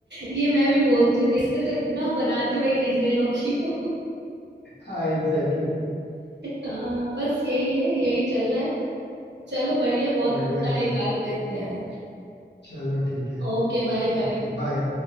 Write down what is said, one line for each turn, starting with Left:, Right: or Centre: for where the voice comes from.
Right: ये मैं भी बोलती हूँ देखते
Left: है
Right: तो इतना हो, बनाते भाई टिंडे लौकी हो
Left: हाँ एग्जैक्टली exactly.
Right: हाँ बस यही है यही चल रहा है चलो बढ़िया बहुत
Left: बढ़िया यार
Right: सारी बात करके यार
Left: चलो ठीक है
Right: Okay bye bye
Left: Okay bye